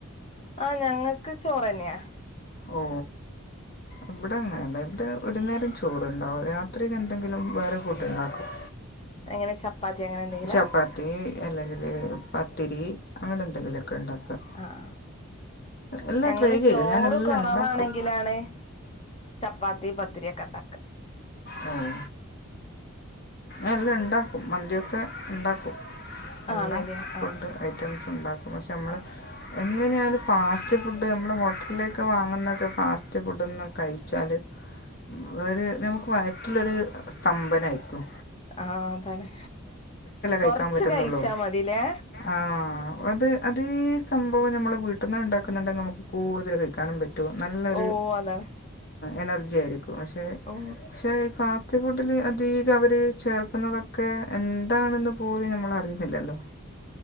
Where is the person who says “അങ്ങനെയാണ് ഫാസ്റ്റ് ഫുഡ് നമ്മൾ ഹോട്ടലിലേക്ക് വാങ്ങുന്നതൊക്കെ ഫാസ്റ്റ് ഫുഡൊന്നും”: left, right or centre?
Left